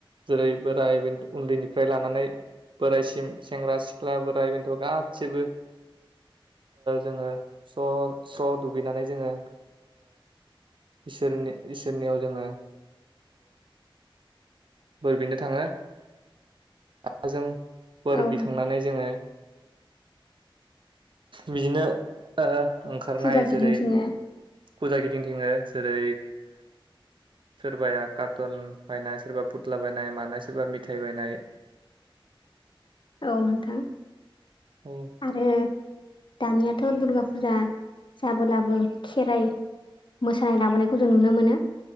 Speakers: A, on the right; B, on the left.
A: जेरै बोराय बेन्थ उन्दैनिफ्राय लानानै बोरायसिम सेंग्रा सिख्ला बोराइ बेन्थ' गासिबो जोङो स' स्र' दुगैनानै जोङो इसोरनियाव जोङो बोर बिनो थाङो हजों बोर
B: औ
A: बिखांनानै जोङो बिदिनो। ओंखारनाय
B: फुजा गिदिंथिङो
A: जेरै फुजा गिदिंथिङो जेरै सोरबाया कार्टन बायनाय सोरबा फुथ्ला बायनाय मानाय सोरबा मिथाय बायनाय
B: <inaudible> औ नोंथां
A: औ
B: आरो दानियाथ' दुर्गा फुजा जाबोलाबो खेराइ मोसानाय लाबोनाय खौ जों नुनो मोनो